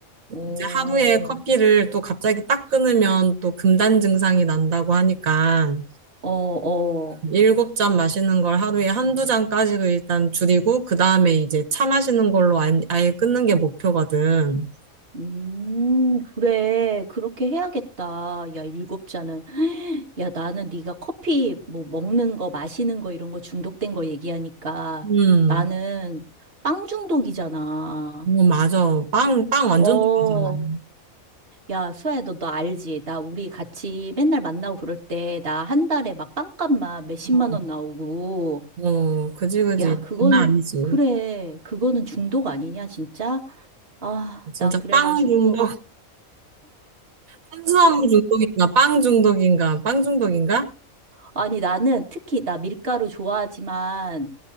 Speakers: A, on the right; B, on the right.
A: 어,
B: 이제 하루에 커피를 또 갑자기 딱 끊으면 또 금단 증상이 난다고 하니까
A: 어, 어.
B: 일곱 잔 마시는 걸 하루에 한두 잔까지로 일단 줄이고 그 다음에 이제 차 마시는 걸로 안- 아예 끊는 게 목표거든.
A: 음, 그래. 그렇게 해야겠다. 야, 일곱 잔은. <gasps> 야, 나는 네가 커피 뭐 먹는 거, 마시는 거 이런 거 중독된 거 얘기하니까
B: 음,
A: 나는 빵 중독이잖아.
B: 뭐 맞아. 빵, 빵 완전
A: 어,
B: 좋아하잖아.
A: 야, 수아야, 너, 너 알지? 나 우리 같이 맨날 만나고 그럴 때, 나 한 달에 막 빵값만 몇십만
B: 어.
A: 원 나오고.
B: 어, 그지, 그지.
A: 야, 그거는,
B: 장난 아니지.
A: 그래. 그거는 중독 아니냐, 진짜? 아,
B: 진짜
A: 나 그래가지고.
B: 빵 중독, <laughs> 탄수화물 중독인가, 빵 중독인가, 빵 중독인가?
A: 아니, 나는 특히, 나 밀가루 좋아하지만,